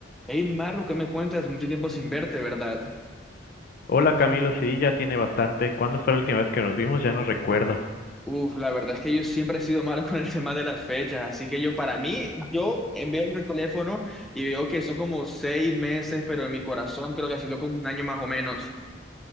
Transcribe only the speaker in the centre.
Hey Marco, ¿qué me cuentas? Mucho tiempo sin verte, ¿verdad?
Uf, la verdad es que yo siempre he sido malo <laughs> con el tema de las fechas, así que yo para mí, yo eh, veo el teléfono y veo que son como seis meses, pero en mi corazón creo que ha sido como un año más o menos.